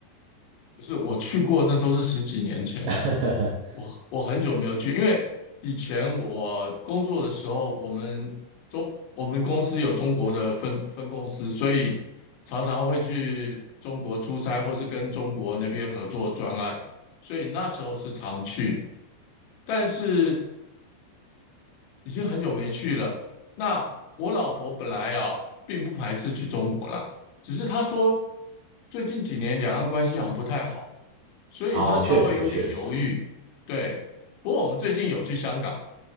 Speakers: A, on the left (about 75°); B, on the right (about 70°).
A: 不是，我去过，那都是十几年前，
B: <laughs>
A: 我我很久没有去，因为以前我工作的时候，我们中我们公司有中国的分分公司，所以常常会去中国出差，或是跟中国那边合作专案，所以那时候是常去。但是已经很久没去了。那我老婆本来啊，并不排斥去中国啦，只是她说最近几年两岸关系好像不太好，所以她稍微有点犹豫。
B: 哦，确实确实，
A: 对，不过我们最近有去香港，